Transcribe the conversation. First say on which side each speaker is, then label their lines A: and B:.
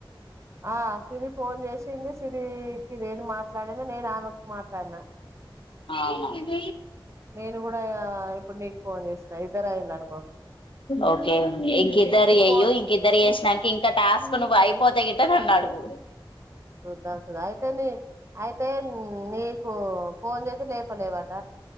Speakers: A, on the right; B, on the left.
A: ఆ సిరి ఫోన్ చేసింది సిరికి నేను మాట్లాడిన నేను ఆమెకు మాట్లాడినా
B: అవునా
A: నేను కూడా ఇప్పుడు నీకు ఫోన్ చేసినా ఇద్దరు అయి్యన అనుభావ్
B: ఓకే ఇంకిద్దరు చెయ
A: ఫోన్
B: ఇంకిద్దరు చేసానికి ఇంకా టాస్క్ ను అయిపోతా గట్ట అన్నా అడుగు
A: చూద్దాం చూద్దాం అయితే నీ అయితే నీకు ఫోన్ చేస్తే లేపలేవట